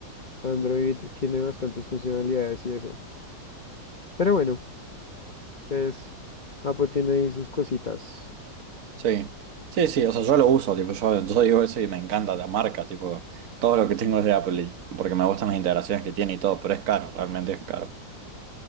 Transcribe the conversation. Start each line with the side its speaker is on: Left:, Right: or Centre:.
Left: Android tiene bastantes funcionalidades y eso. Pero bueno, pues Apple tiene ahí sus cositas.
Right: Sí. Sí, sí, o sea, yo lo uso, tipo, yo, yo digo eso y me encanta la marca, tipo, todo lo que tengo es de Apple, y- porque me gustan las integraciones que tiene y todo, pero es caro, realmente es caro.